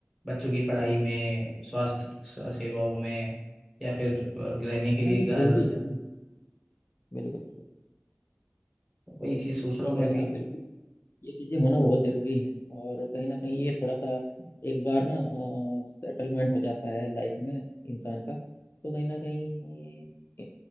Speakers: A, in the centre; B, on the left.
A: बच्चों की पढ़ाई में स्वास्थ्य स- सेवाओं में या फिर अ, रहने के
B: हाँ
A: लिए
B: ये
A: घर
B: जरूरी है भाई बिल्कुल बिल्कुल
A: वही चीज़ सोच
B: सही
A: रहा हूँ
B: कह
A: मैं
B: रहे
A: भी
B: हैं आप बिल्कुल ये चीजें होना बहुत जरूरी है और कहीं ना कहीं ये थोड़ा सा एक बार ना सेटलमेंट हो जाता है लाइफ में इंसान का तो कहीं ना कहीं ए-